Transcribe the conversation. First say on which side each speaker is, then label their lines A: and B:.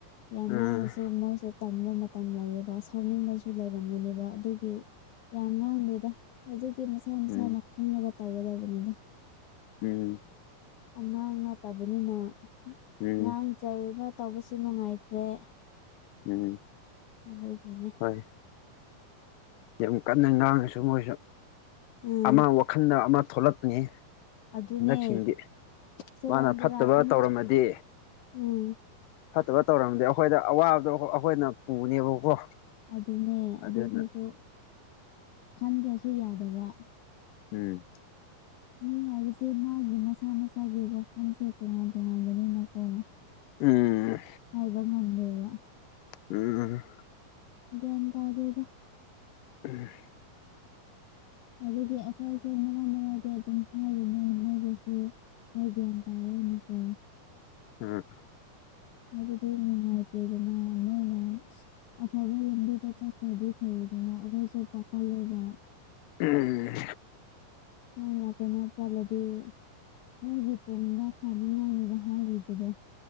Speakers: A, on the left (about 60°); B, on the left (about 75°).
A: ꯌꯥꯝ
B: ꯎꯝ
A: ꯉꯥꯡꯔꯥꯁꯨ ꯃꯣꯏꯁꯨ ꯇꯟꯕ ꯃꯇꯝ ꯂꯩꯌꯦꯕ ꯁꯥꯎꯅꯤꯡꯕꯁꯨ ꯂꯩꯔꯝꯒꯅꯦꯕ ꯑꯗꯨꯒꯤ ꯌꯥꯝ ꯉꯥꯡꯗꯦ ꯍꯧꯖꯤꯛꯇꯤ ꯃꯁꯥ ꯃꯁꯥꯅꯥ
B: ꯎꯝ
A: ꯈꯪꯉꯒ ꯇꯧꯒꯗꯧꯕꯅꯤꯗꯥ
B: ꯎꯝ
A: ꯑꯉꯥꯡ ꯅꯠꯇꯕꯅꯤꯅ
B: ꯎꯝ ꯎꯝ
A: ꯑꯉꯥꯡ ꯆꯩꯩꯕ ꯇꯧꯕꯁꯨ ꯅꯨꯡꯉꯥꯏꯇ꯭ꯔꯦ
B: ꯎꯝ
A: ꯑꯗꯨꯗꯒꯤꯅꯦ
B: ꯍꯣꯏ ꯌꯥꯝ ꯀꯟꯅ ꯉꯥꯡꯉꯁꯨ ꯃꯣꯏꯁꯨ
A: ꯎꯝ
B: ꯑꯃ ꯋꯥꯈꯜꯗ ꯑꯃ ꯊꯣꯛꯂꯛꯄꯅꯤ
A: ꯑꯗꯨꯅꯦ
B: ꯍꯟꯗꯛꯁꯤꯡꯗꯤ
A: ꯁꯦꯔꯥꯟ
B: ꯃꯥꯅ
A: ꯇꯨꯔꯥꯟ
B: ꯐꯠꯇꯕ
A: ꯑꯃꯨꯛ
B: ꯇꯧꯔꯝꯃꯗꯤ
A: ꯎꯝ
B: ꯐꯠꯇꯕ ꯇꯧꯔꯝꯗꯤ ꯑꯩꯈꯣꯏꯗ ꯑꯋꯥꯕꯗꯣ ꯑꯩꯈꯣꯏꯅ ꯄꯨꯅꯦꯕꯀꯣ
A: ꯑꯗꯨꯅꯦ
B: ꯑꯗꯨꯅ
A: ꯑꯗꯨꯒꯤꯁꯨ ꯈꯟꯗ꯭ꯔꯥꯁꯨ ꯌꯥꯗꯕ
B: ꯎꯝ
A: ꯃꯤ ꯍꯥꯏꯕꯁꯦ ꯃꯥꯒꯤ ꯃꯁꯥ ꯃꯁꯥꯒꯤ ꯋꯥꯈꯜꯁꯦ ꯇꯣꯉꯥꯟ ꯇꯣꯉꯥꯟꯕꯅꯤꯅꯀꯣ
B: ꯎꯝ
A: ꯍꯥꯏꯕ ꯉꯝꯗꯦꯕ
B: ꯎꯝ
A: ꯒꯌ꯭ꯥꯟ ꯇꯥꯗꯦꯗ
B: ꯎꯝ
A: ꯑꯗꯒꯤ ꯑꯩꯈꯣꯏ ꯑꯣ ꯃꯔꯥꯛ ꯃꯔꯥꯛꯗꯤ ꯑꯗꯨꯝ ꯍꯥꯏꯕꯅꯦ ꯃꯣꯏꯗꯁꯨ ꯈꯔ ꯒ꯭ꯌꯥꯟ ꯇꯥꯑꯣꯅꯀꯣ
B: ꯑꯥ
A: ꯍꯥꯏꯕꯗꯤ ꯅꯨꯡꯉꯥꯏꯇꯦꯗꯅ ꯃꯣꯏꯅ ꯑꯐꯕ ꯂꯝꯕꯤꯗ ꯆꯠꯈ꯭ꯔꯗꯤ ꯐꯩꯌꯦꯗꯅ ꯑꯩꯈꯣꯏꯁꯨ ꯄꯥꯈꯠꯂꯦꯕ
B: ꯎꯝ
A: ꯃꯣꯏꯅ ꯀꯩꯅꯣ ꯇꯜꯂꯗꯤ ꯃꯣꯏꯒꯤ ꯇꯨꯡꯗ ꯐꯅꯤꯡꯉꯥꯏꯅꯤꯗ ꯍꯥꯏꯔꯤꯕꯗꯣ